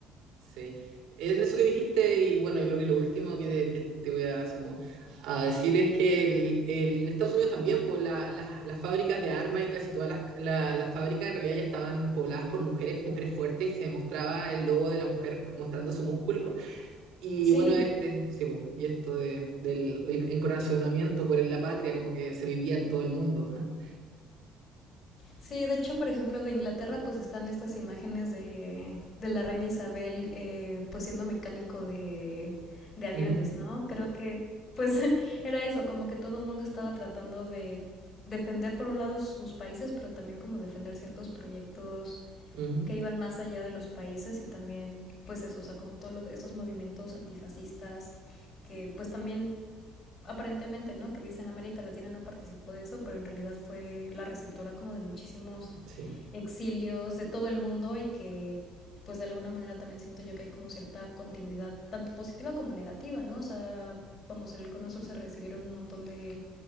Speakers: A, on the right; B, on the left.
A: Sí, es eso que dijiste y bueno, yo creo que lo último que te, que te voy a, así como, a decir es que el- el- en Estados Unidos también pues, la- la- las fábricas de armas y casi todas las, la- las fábricas en realidad ya estaban pobladas por mujeres, mujeres fuertes y se mostraba el logo de la mujer mostrando su músculo. Y
B: sí,
A: bueno, este, sí, pues, y esto de, del, del encorazonamiento por la patria como que se vivía en todo el mundo. <laughs>
B: Sí, de hecho, por ejemplo, de Inglaterra, pues están estas imágenes de, de la reina Isabel, eh, pues siendo mecánico de, de aviones,
A: Ujú,
B: ¿no? Creo que, pues, <laughs> era eso, como que todo el mundo estaba tratando de defender, por un lado, sus países, pero también como defender ciertos proyectos
A: ujú,
B: que iban más allá de los países y también, pues eso, o sea, como todos los, esos movimientos antifascistas que, pues también aparentemente, ¿no? Que dicen América Latina no participó de eso, pero en realidad fue la receptora como de muchísimos
A: sí,
B: exilios de todo el mundo y que pues de alguna manera también siento yo que hay como cierta continuidad, tanto positiva como negativa, ¿no? O sea, vamos, en el Cono Sur se recibieron un montón de,